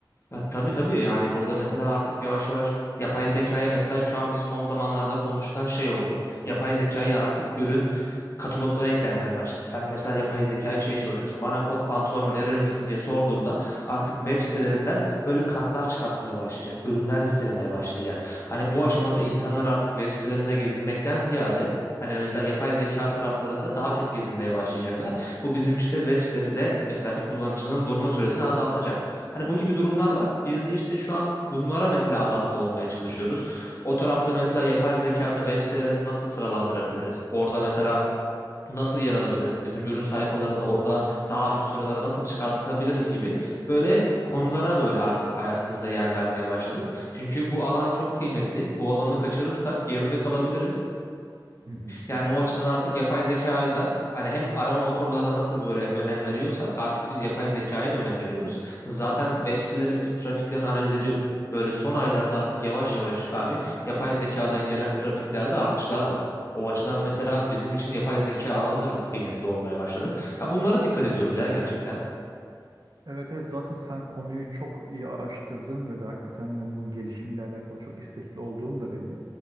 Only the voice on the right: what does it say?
Hı
hı.
Evet evet zaten sen konuyu çok iyi araştırdın ve de hakikaten yani bunun gelişimiyle alakalı çok istekli olduğun da belli.